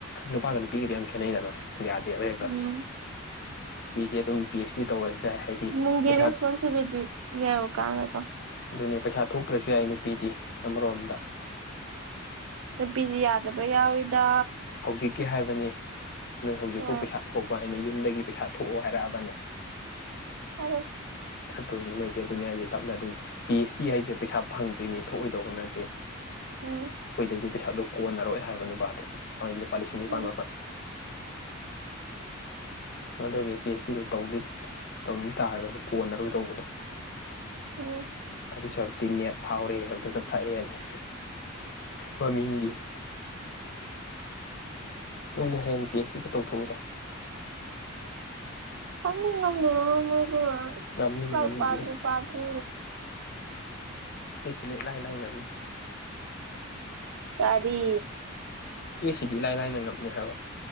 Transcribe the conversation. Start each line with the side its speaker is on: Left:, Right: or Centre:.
Left: ꯅꯨꯄꯥꯒ ꯅꯨꯄꯤꯒꯗꯤ ꯌꯥꯝ ꯈꯦꯠꯅꯩꯗꯅ ꯌꯥꯗꯦ ꯍꯦꯛꯇ
Right: ꯎꯝ
Left: ꯄꯤꯗꯦ ꯄꯤ꯬ꯑꯩꯆ꯬ꯗꯤ ꯇꯧꯔꯁꯨ ꯌꯥꯏ ꯍꯥꯏꯗꯤ
Right: ꯅꯨꯡꯒꯤ
Left: ꯄꯩꯁꯥ
Right: ꯔꯦꯁꯄꯣꯟꯁꯤꯕꯤꯂꯤꯇꯤ ꯌꯥꯎ ꯀꯥꯟꯗꯀꯣ
Left: ꯑꯗꯨꯅꯦ ꯄꯩꯁꯥ ꯊꯣꯛꯇ꯭ꯔꯁꯨ ꯌꯥꯏ ꯅꯨꯄꯤꯗꯤ ꯑꯃꯔꯣꯝꯗ
Right: ꯅꯨꯄꯤꯁꯨ ꯌꯥꯗꯕ ꯌꯥꯎꯋꯤꯗ
Left: ꯍꯧꯖꯤꯛꯀꯤ ꯍꯥꯏꯕꯅꯤ ꯅꯣꯏ ꯍꯧꯖꯤꯛꯄꯨ
Right: ꯍꯣꯏ
Left: ꯄꯩꯁꯥ ꯊꯣꯛꯄ ꯑꯩꯅ ꯌꯨꯝꯗꯒꯤ ꯄꯩꯁꯥ ꯊꯣꯛꯑꯣ ꯍꯥꯏꯔꯛꯑꯕꯅꯤ
Right: ꯍꯥꯏꯔꯛ
Left: ꯑꯗꯨꯅꯦ ꯅꯣꯏꯗꯤ ꯑꯗꯨꯅꯦ ꯍꯥꯏꯁꯦ ꯇꯞꯅ ꯑꯗꯨꯝ ꯄꯤ꯬ꯑꯩꯆ꯬ꯗꯤ ꯍꯥꯏꯁꯦ ꯄꯩꯁꯥ ꯐꯪꯗꯣꯏꯅꯦ ꯊꯣꯛꯑꯣꯏꯗꯧꯕ ꯅꯠꯇꯦ ꯑꯈꯣꯏꯗꯗꯤ
Right: ꯎꯝ
Left: ꯄꯩꯁꯥꯗꯨ ꯀꯣꯟꯅꯔꯣꯏ ꯍꯥꯏꯕ ꯅꯨꯄꯥꯗꯗꯤ ꯍꯣꯏ ꯂꯨꯄꯥ ꯂꯤꯁꯤꯡ ꯅꯤꯄꯥꯜ
Right: ꯎꯝ
Left: ꯃꯥꯄꯜ ꯑꯗꯨꯒꯒꯤ ꯄꯤ꯬ꯑꯩꯆ꯬ꯗꯤꯗꯨ ꯇꯧꯅꯤꯡ ꯇꯧꯅꯤꯡ ꯇꯥꯔꯒꯁꯨ ꯀꯣꯟꯅꯔꯣꯏ ꯗꯧꯕꯗꯣ
Right: ꯎꯝ
Left: ꯑꯗꯨꯏ ꯁꯔꯨꯛꯇꯤ ꯅꯦꯠ ꯐꯥꯎꯔꯦ ꯍꯥꯏꯕꯗꯨꯅ ꯐꯥ ꯍꯦꯜꯂꯦ ꯃꯃꯤꯡꯒꯤ ꯅꯣꯏꯗꯤ ꯍꯌꯦꯡ ꯄꯤ꯬ꯑꯩꯆ꯬ꯗꯤꯒ ꯇꯧꯊꯣꯛꯎꯗ
Right: ꯈꯪꯗꯤ ꯉꯝꯅꯤ <unintelligible>
Left: ꯉꯝꯅꯤ
Right: ꯂꯥꯏꯔꯤꯛ
Left: ꯉꯝꯅꯤ
Right: ꯄꯥꯗ꯭ꯔꯤ
Left: ꯑꯦ
Right: ꯄꯥꯗ꯭ꯔꯤ
Left: ꯑꯦꯁꯤꯂꯦ ꯏꯂꯥꯏ ꯂꯥꯏ ꯉꯝꯅꯤ
Right: ꯀꯔꯤ
Left: ꯑꯦꯁꯤꯗꯤ ꯏꯂꯥꯏ ꯂꯥꯏꯅ ꯉꯝꯅꯤ ꯍꯥꯏꯕ